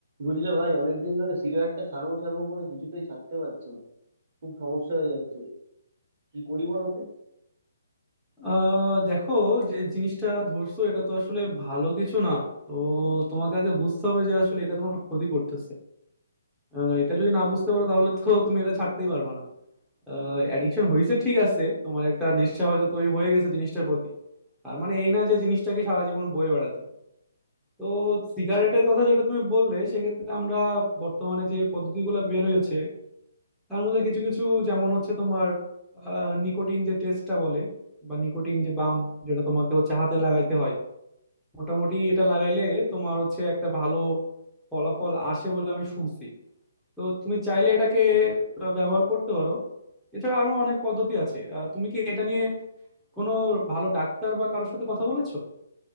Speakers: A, on the right; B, in the centre.
A: বুঝলে ভাই অনেকদিন ধরে সিগারেটটা ছাড়বো ছাড়বো করে কিছুতেই ছাড়তে পারছি না খুব সমস্যা হয়ে যাচ্ছে কি করি বলো তো
B: আহ দেখো যে জিনিসটা ধরছো এটা তো আসলে ভালো কিছু না তো তোমাকে আগে বুঝতে হবে যে আসলে এটা তোমার ক্ষতি করতেছে আহ, এটা যদি না বুঝতে পারো তাহলে তো তুমি এটা ছাড়তেই পারবে না অ্যাডিকশন হয়েছে ঠিক আছে তোমার একটা নেশা হয়তো তৈরি হয়ে গেছে জিনিসটার প্রতি তার মানে এই না যে জিনিসটাকে সারা জীবন বয়ে বেড়াতে হবে। তো সিগারেটের কথা যেটা তুমি বললে সেক্ষেত্রে আমরা বর্তমানে যে পদ্ধতিগুলো বের হয়েছে তার মধ্যে কিছু কিছু যেমন হচ্ছে তোমার নিকোটিন যে টেস্টটা বলে বা নিকোটিন যে বাম যেটা তোমাকে হচ্ছে হাতে লাগাইতে হয় মোটামুটি এটা লাগাইলে তোমার হচ্ছে একটা ভালো ফলাফল আসে বলে আমি শুনছি তো তুমি চাইলে এটাকে আহ, ব্যবহার করতে পারো এছাড়া আরো অনেক পদ্ধতি আছে আহ, তুমি কি এটা নিয়ে কোনো ভালো ডাক্তার বা কারোর সাথে কথা বলেছো